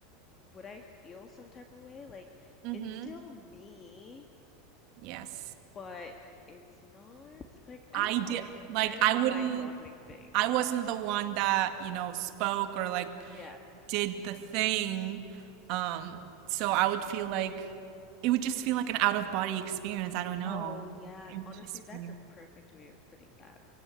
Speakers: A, on the left; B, on the right.
A: would I feel some type of way? Like,
B: Mm-hmm.
A: it's still me.
B: Yes.
A: but it's not like I
B: I
A: don't know.
B: did,
A: It's a very
B: like, I wouldn't,
A: mind-boggling thing.
B: I wasn't the one that, you know, spoke or like
A: Yeah.
B: did the thing. Um, so I would feel like it would just feel like an out of body experience.
A: Mm.
B: I don't know.
A: Oh, yeah.
B: It was
A: Honestly,
B: just
A: that's
B: weird,
A: a perfect way of putting that.